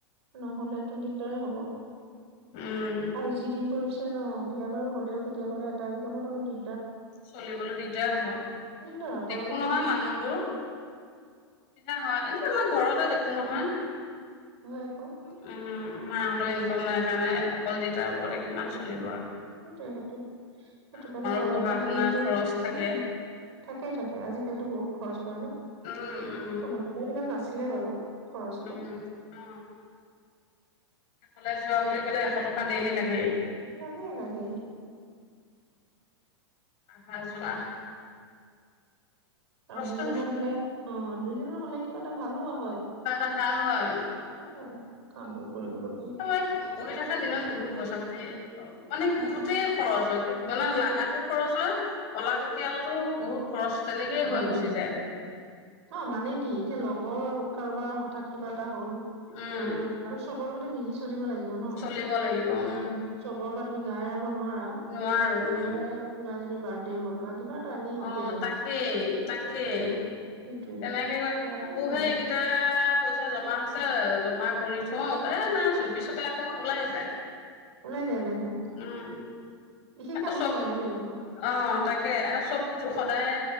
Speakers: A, on the right; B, on the left.
A: নহ'লেতো দিগদাৰে হ'ব।
B: উম
A: আৰু যিদিন পৰিছ ছে ন বিয়া বাৰু হ'লেও কেতিয়া বোলে এটা ইনকামত অলপ দি
B: চলিবলৈ দিগদাৰ হ'ব,
A: দিগদাৰ হয় পৰাপক্ষত
B: দেখো নহয় মানুহবোৰ অসুবিধা হয় এতিয়া মই ঘৰতে দেখোঁ। খোনহয়। উম,
A: অ হয় আকৌ
B: মাহঁতৰ ইনকম নাই কাৰণে। অকল দেতাৰ ওপৰতে কিমান চলিব আৰু।
A: সেইটোয়ে সেইটো সেইটো কাৰণে
B: আমাৰো
A: পৰ
B: পঢ়া
A: প্ৰয়োজন
B: শুনা খৰচ থাকে
A: উম, থাকে থাকে আজিকালিটো বহুত খৰচ পৰে ন
B: উম উম
A: আমাৰ দিনত ইমান নাচ আছিলে বাৰু। খৰচটো
B: উম, অ'। কলেজ যোৱা বুলি ক'লে এশ টকা ডেইলি লাগেই।
A: লাগে লাগে।
B: আহা যোৱা খৰচটো
A: আৰু দুইজনৰ হ'লে অ', দুইজনৰ হ'লে কিবা এটা ভালো আ
B: কিবা এটা ভাল হয়,
A: হয় কামবোৰ কৰিবলৈ
B: এই পঢ়ি থকা দিনত। বহুত পইচা পাতি মানে বহুতেই খৰচ হয়, কি লাগাতো খৰচ হয়, অলাগতিয়ালতো বহুত খৰচ তেনেকেই হৈ
A: হয় হয়
B: গুচি যায়।
A: ন মানে কি এতিয়া লগৰ কাৰোবাৰ হঠাৎ কিবা কিবা হ'ল,
B: উম
A: এ, আৰু চবৰ লগত <unintelligible> চলিব লাগিব ন,
B: চলিব লাগিব
A: গতিকে
B: উম
A: চবৰে পৰা তুমি গা এৰাব নোৱাৰা,
B: নোৱাৰো উম
A: লগৰে কোনোবা এজনীক বাৰডে হ'ল বা কিবা এটা এনি অকেজন
B: অহ, তাকেই
A: সেইটোৱে
B: তাকেই।
A: আৰু সেইটোৱে
B: তেনেকে কয়
A: লাগে
B: ভাবো হে,
A: লাগে
B: এইকেইটা পইচা জমা হৈছে জমা কৰি থওঁ এ নাই চব পিছতে আকৌ ওলাই যায়।
A: ওলাই যায়, ওলাই যায়।
B: উম
A: বিশেষকে
B: আকৌ
A: আমাৰ
B: চব
A: ছোৱালী বিলাকৰ
B: অ', তাকে চব <unintelligible> সদায়